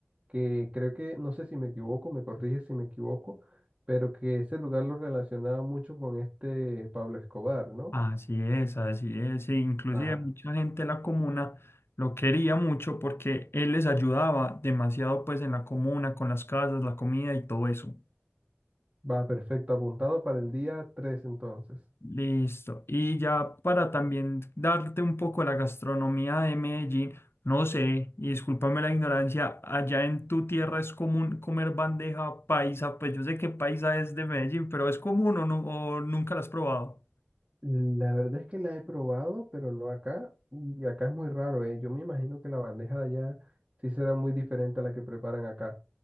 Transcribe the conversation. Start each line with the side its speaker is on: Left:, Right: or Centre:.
Right: que creo que, no sé si me equivoco, me corrige si me equivoco, pero que ese lugar lo relacionaba mucho con este Pablo Escobar, ¿no?
Left: Así es, así es. sí, inclusive
Right: Va,
Left: mucha gente de la comuna lo quería mucho porque él les ayudaba demasiado pues en la comuna, con las casas, la comida y todo eso.
Right: va, perfecto, apuntado para el día 3 entonces.
Left: Listo. Y ya para también darte un poco la gastronomía de Medellín, no sé, y discúlpame la ignorancia, allá en tu tierra es común comer bandeja paisa, pues yo sé que paisa es de Medellín, pero ¿es común o, no, o nunca la has probado?
Right: La verdad es que la he probado, pero no acá, y acá es muy raro, ¿eh? Yo me imagino que la bandeja de allá sí será muy diferente a la que preparan acá.